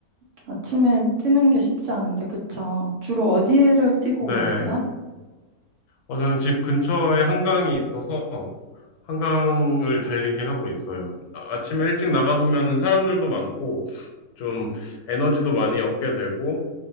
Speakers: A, on the right; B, on the left.
A: 아침에 뛰는 게 쉽지 않은데 그쵸? 주로 어디를 뛰고
B: 네.
A: 오세요?
B: 어, 저는 집 근처에 한강이 있어서 한강을 달리기 하고 있어요. 아- 아침에 일찍 나가보면 사람들도 많고, 좀 에너지도 많이 얻게 되고,